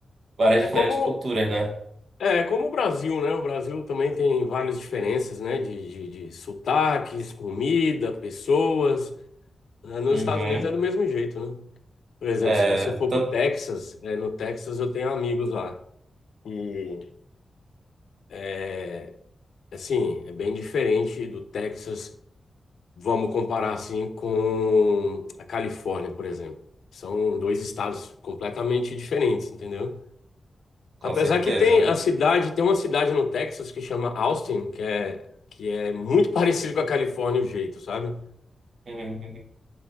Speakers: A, on the right; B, on the left.
A: várias
B: É
A: diferentes
B: como,
A: culturas, né?
B: é como o Brasil, né? O Brasil também tem várias diferenças, né? De, de, de sotaques, comida, pessoas. É, nos
A: Uhum.
B: Estados Unidos é do mesmo jeito, né? Por exemplo,
A: É,
B: se você for
A: tan-
B: pro Texas, é, no Texas eu tenho amigos lá. E, é, assim, é bem diferente do Texas, vamos comparar, assim, com a Califórnia, por exemplo. São dois estados completamente diferentes, entendeu? Apesar
A: com certeza.
B: que tem a cidade, tem uma cidade no Texas que chama Austin, que é, que é muito <laughs> parecido com a Califórnia, o jeito, sabe?
A: Uhum.